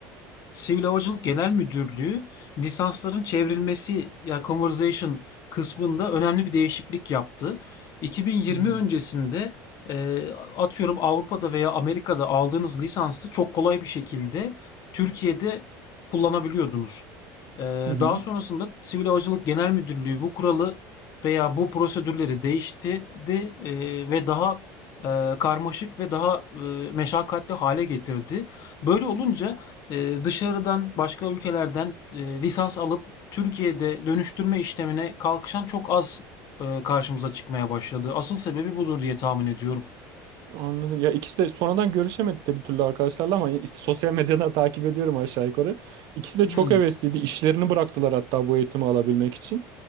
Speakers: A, on the left; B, on the right.
A: Sivil Havacılık Genel Müdürlüğü lisansların çevrilmesi ya conversation kısmında önemli bir değişiklik yaptı. 2020
B: Hmm.
A: öncesinde e, atıyorum Avrupa'da veya Amerika'da aldığınız lisansı çok kolay bir şekilde Türkiye'de kullanabiliyordunuz. Ee,
B: Hı hı.
A: daha sonrasında Sivil Havacılık Genel Müdürlüğü bu kuralı veya bu prosedürleri değiştirdi e, ve daha e, karmaşık ve daha e, meşakkatli hale getirdi. Böyle olunca e, dışarıdan başka ülkelerden e, lisans alıp Türkiye'de dönüştürme işlemine kalkışan çok az e, karşımıza çıkmaya başladı. Asıl sebebi budur diye tahmin ediyorum.
B: Anladım. Ya ikisi de sonradan görüşemedik de bir türlü arkadaşlarla ama işte sosyal medyadan <laughs> takip ediyorum aşağı yukarı. İkisi de
A: Hmm,
B: çok hevesliydi. İşlerini bıraktılar hatta bu eğitimi alabilmek için.